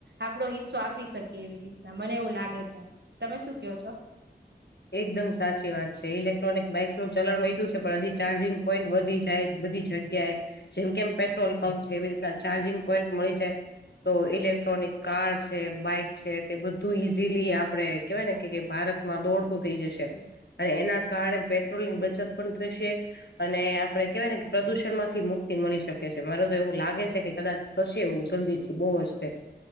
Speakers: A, on the right; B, on the left.
A: આપડો હિસ્સો આપી શકીએ એવી રીતના મને એવું લાગે છે તમે શું કહો છો.
B: એકદમ સાચી વાત છે, ઇલેક્ટ્રોનિક બાઇક્સનુંું ચલાણ વધ્યું છે પણ હજી ચાર્જિંગ પોઈન્ટ વધી જાય. બધી જગ્યાએ જેમ કેમ પેટ્રોલ પંપ છે એવી રીતના ચાર્જિંગ પોઈન્ટ મળી જાય. તો ઇલેક્ટ્રોનિક કાર છે બાઈક છે તે બધું ઈઝીલી આપડે કેહેવાય ને કે ભારત માં દોડતું થઈ જશે અને એના કારણે પેટ્રોલ ની બચત પણ થશે. અને આપડે કેહેવાય ને કે પ્રદુષણ માંથી મુક્તિ મળી શકે છે મારે તો એવું લાગે છે કે કદાચ. થશે એવું જલ્દી થી બહુ હર્તે.